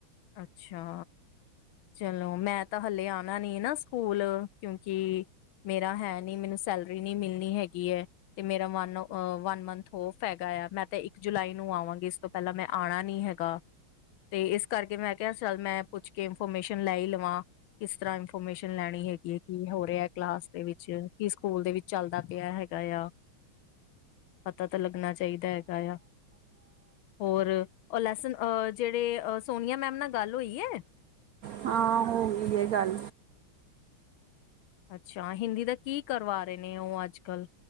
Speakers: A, on the left; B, on the right.
A: ਅੱਛਾ ਚਲੋ, ਮੈਂ ਤਾਂ ਹਲੇੇ ਆਉਣਾ ਨੀ ਨਾ ਸਕੂਲ, ਕਿਉਕਿ ਮੇਰਾ ਹੈ ਨੀ, ਮੈਨੂੰ ਸੈਲਰੀ ਨਹੀ ਮਿਲਣੀ ਹੈਗੀ ਐ। ਤੇ ਮੇਰਾ ਵਨ, ਵਨ ਮੰਥ ਔਫ ਹੈਗਾ ਆ, ਮੈਂ ਤਾਂ ਇੱਕ ਜੁਲਾਈ ਨੂੰ ਆਵਾਂਗੀ ਸ ਪਹਿਲਾਂ ਮੈਂ ਆਉਣਾ ਨੀ ਹੈਗਾ, ਤੇ ਇਸ ਕਰਕੇ ਮੈਂ ਕਿਹਾ, ਸਰ, ਮੈਂ ਪੁੱਛ ਕੇ ਇਨਫੋਰਮੇਸ਼ਨ ਲੈ ਹੀ ਲਵਾਂ ਕਿਸ ਤਰ੍ਹਾਂ ਇਨਫੋਰਮੇਸ਼ਨ ਲੈਣੀ ਹੈਗੀ, ਕੀ ਹੋ ਰਿਹੇ ਕਲਾਸ ਦੇ ਵਿੱਚ, ਕੀ ਸਕੂਲ ਦੇ ਵਿੱਚ ਚੱਲਦਾ ਪਿਆ ਹੈਗਾ ਆ, ਪਤਾ ਤਾਂ ਲੱਗਣਾ ਚਾਹੀਦਾ ਹੈਗਾ ਆ। ਹੋਰ, ਓ ਲੈਸਨ ਅ, ਜਿਹੜੇ ਸੋਨੀਆ ਮੈਮ ਨਾਲ ਗੱਲ ਹੋਈ ਐ
B: ਹਾਂ <unintelligible> ਗੱਲ
A: ਅੱਛਾ ਹਿੰਦੀ ਦਾ ਕੀ ਕਰਵਾ ਰਹੇ ਨੇ, ਉਹ ਅੱਜ ਕੱਲ